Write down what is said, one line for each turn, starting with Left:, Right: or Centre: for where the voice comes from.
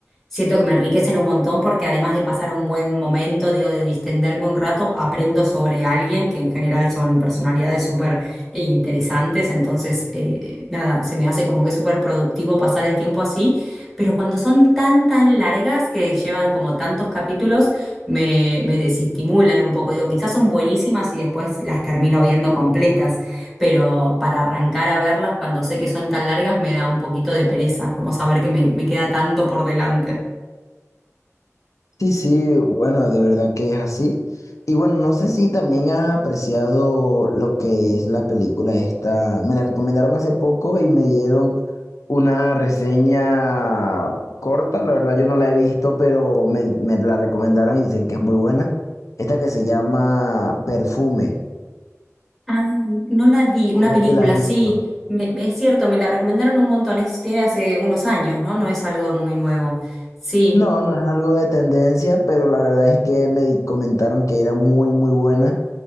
Centre: siento que me enriquecen un montón porque además de pasar un buen momento, digo, de distenderme un rato, aprendo sobre alguien que en general son personalidades súper eh, interesantes. Entonces, eh, nada, se me hace como que es súper productivo pasar el tiempo así. Pero cuando son tan, tan largas que llevan como tantos capítulos, me, me desestimulan un poco. Digo, quizás son buenísimas y después las termino viendo completas, pero para arrancar a verlas cuando sé que son tan largas me da un poquito de pereza, como saber que me, me queda tanto por delante.
Left: Sí, sí, bueno, de verdad que es así. Y bueno, no sé si también has apreciado lo que es la película esta. Me la recomendaron hace poco y me dieron una reseña corta. La verdad yo no la he visto, pero me, me la recomendaron y dicen que es muy buena. Esta que se llama Perfume.
Centre: Ah, no la vi, una
Left: No
Centre: película,
Left: sé si la has visto.
Centre: sí, me, me- es cierto, me la recomendaron un montón, es, tiene hace unos años, ¿no? No es algo muy nuevo. Sí.
Left: No, no es algo de tendencia, pero la verdad es que me di- comentaron que era muy, muy buena.